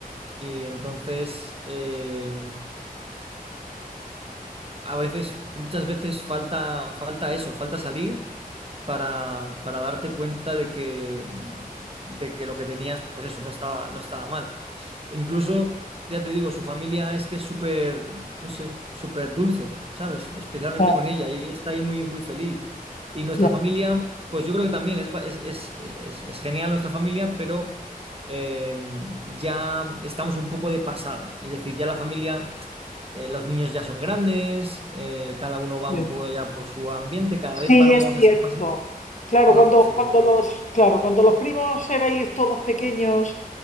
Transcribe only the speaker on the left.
ya,
ya,
sí.
Sí,
es cierto.
Claro,
cuando,
cuando los, claro, cuando los primos erais todos pequeños